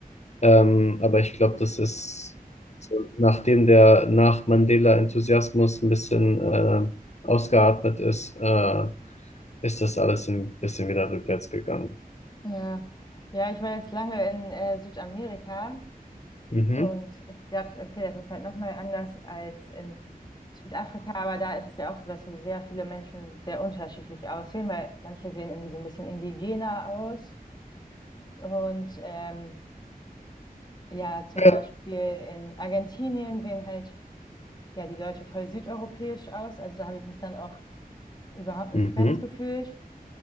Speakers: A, on the left (about 45°); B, on the left (about 25°).
A: Ähm, aber ich glaube, das ist, so, nachdem der Nach-Mandela-Enthusiasmus ein bisschen äh, ausgeatmet ist, äh, ist das alles ein bisschen wieder rückwärts gegangen.
B: Ja, ja, ich war jetzt lange in äh, Südamerika
A: Mhm.
B: und ich glaube, okay, das ist halt nochmal anders als in Südafrika, aber da ist es ja auch so, dass so sehr viele Menschen sehr unterschiedlich aussehen, weil manche sehen irgendwie so ein bisschen indigener aus. Und ähm, ja, zum
A: Ja.
B: Beispiel in Argentinien sehen halt ja die Leute voll südeuropäisch aus. Also da habe ich mich dann auch überhaupt nicht
A: Mhm.
B: fremd gefühlt.